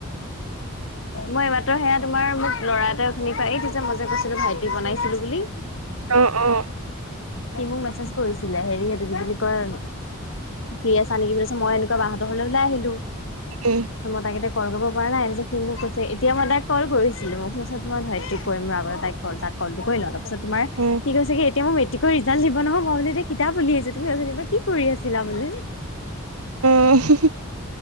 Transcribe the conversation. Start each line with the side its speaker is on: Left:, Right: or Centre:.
Left: মই এই মাত্ৰ সেয়া তোমাৰ মোক ল'ৰা এটাই অঠনি পা এইটো যে মই যে কৈছিলো ভাইটি বনাইছিলো বুলি।
Right: অ', অ',
Left: সি মোক মেছেজ কৰিছিলে হেৰি এইটো কি বুলি কয়। ফ্ৰী আছা নেকি বুলি কৈছো মই এনেকুৱা বা' হতৰ ঘৰলৈ ওলাই আহিলো।
Right: উম।
Left: তো মতা কেইটায়ে কল কৰিব পৰা নাই আজি। সি মোক কৈছে এতিয়া মই তাইক কল কৰিছিলো মোক তাৰ পাছত মই ধৰিত্ৰী কৰিম মোৰ আগতে তাইক কল তাক। কলটো কৰি লওঁ তাৰপিছত তোমাৰ
Right: উম।
Left: সি কৈছে কি এতিয়া মই। মেটিকৰ ৰিজাল্ট দিব নহয় মই বো কিতাপ উলিয়াইছো তুমি অথনিৰ পৰা কি কৰি আছিলা বোলে।
Right: উম হুহু।